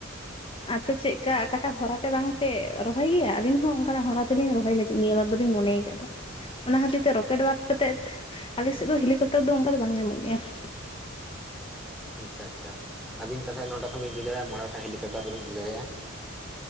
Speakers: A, on the left; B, in the centre.
A: ᱟᱯᱮ ᱪᱮᱜᱠᱟ ᱟᱠᱟᱴᱟᱜ ᱦᱚᱨᱟᱛᱮ ᱵᱟᱝᱯᱮ ᱨᱚᱦᱚᱭ ᱜᱮᱭᱟ ᱟᱹᱞᱤᱧ ᱦᱚᱸ ᱚᱱᱠᱟᱱᱟᱜ ᱦᱚᱨᱟ ᱛᱮᱞᱤᱧ ᱨᱚᱦᱚᱭ ᱞᱟᱹᱜᱤᱫ ᱱᱤᱭᱟᱹ ᱵᱟᱨ ᱫᱚᱞᱤᱧ ᱢᱚᱱᱮ ᱠᱟᱫᱟ ᱾ ᱚᱱᱟ ᱠᱷᱟᱹᱛᱤᱨ ᱛᱮ ᱨᱚᱠᱮᱴ ᱵᱟᱫ ᱠᱟᱛᱮᱫ ᱟᱞᱮ ᱥᱮᱫ ᱫᱚ ᱦᱮᱞᱤᱠᱟᱯᱴᱟᱨ ᱫᱚ ᱚᱱᱠᱟ ᱫᱚ ᱵᱟᱝ ᱧᱟᱢᱚᱜ ᱜᱮᱭᱟ ᱾
B: ᱟᱪᱪᱷᱟ ᱟᱪᱪᱷᱟ ᱟᱹᱵᱤᱱ ᱛᱟᱦᱞᱮ ᱱᱚᱰᱮ ᱠᱷᱚᱱ ᱵᱤᱱ ᱤᱫᱤ ᱫᱟᱲᱮᱭᱟᱜᱼᱟ ᱢᱚᱬᱮ ᱜᱚᱴᱟᱝ ᱦᱮᱞᱤᱠᱚᱯᱚᱴᱟᱨ ᱫᱚᱵᱤᱱ ᱤᱫᱤ ᱫᱟᱲᱭᱟᱜᱼᱟ ᱾